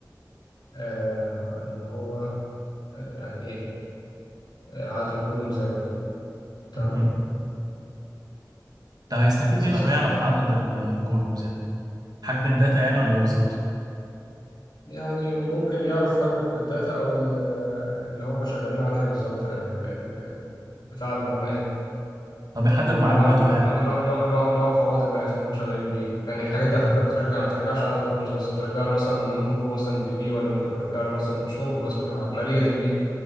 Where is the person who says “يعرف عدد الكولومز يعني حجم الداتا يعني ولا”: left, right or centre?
Right